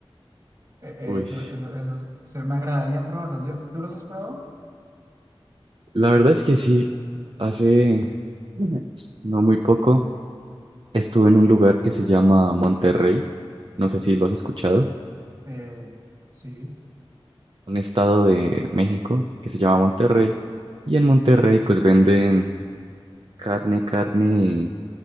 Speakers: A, on the right (about 35°); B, on the right (about 60°).
A: Eh, eh,
B: Uy.
A: eso, eso, esos se me agradaría probarlos. Yo- ¿tú los has probado?
B: La verdad es que sí, hace Ujú. no muy poco estuve en un lugar que se llama Monterrey, no sé si lo has escuchado,
A: Eh, sí.
B: un estado de México que se llama Monterrey, y en Monterrey pues venden carne, carne